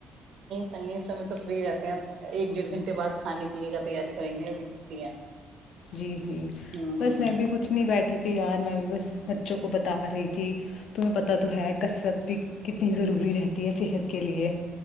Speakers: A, on the right; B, on the left.
A: چنگے سمے تو فری رہتے ہیں ایک ڈیڑھ گھنٹے بعد کھانے پینے کا تیاری کریں گے ابھی تو فری ہے
B: جی جی
A: ہوں
B: بس
A: ہوں
B: میں بھی کچھ نہیں بیٹھی تھی یار میں بھی بس بچوں کو بتا رہی تھی تمہیں پتہ تو ہے کثرت بھی کتنی ضروری رہتی ہے صحت کے لیے